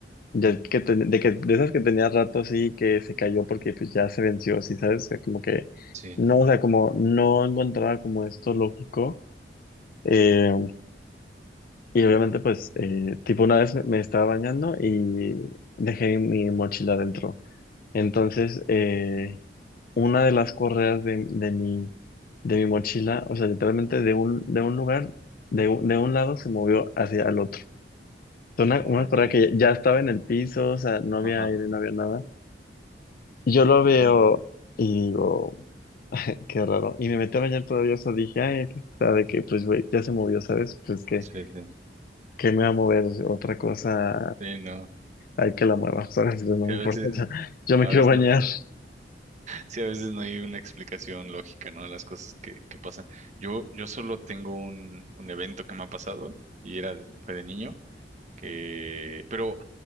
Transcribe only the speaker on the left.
de que, ten- de que, de esas que tenía rato así, que se cayó porque pues ya se venció, así, ¿sabes? O sea, como que,
no, o sea, como no encontraba como esto lógico. eh, y obviamente, pues, eh, tipo, una vez me estaba bañando y dejé mi mochila dentro. Entonces, eh, una de las correas de, de mi, de mi mochila, o sea, literalmente de un, de un lugar, de, un- de un lado se movió hacia el otro. Fue Una,
una
correa que ya estaba en el piso, o sea, no había
aire, no había nada. Yo lo
veo y digo, qué raro. Y me metí a bañar todavía, o sea, dije, ay, aquí está, de que, pues, güey, ya se movió, ¿sabes? Pues que
que me va a mover otra cosa,
hay que la mueva, ¿sabes? No me
importa,
ya- yo me
quiero
bañar.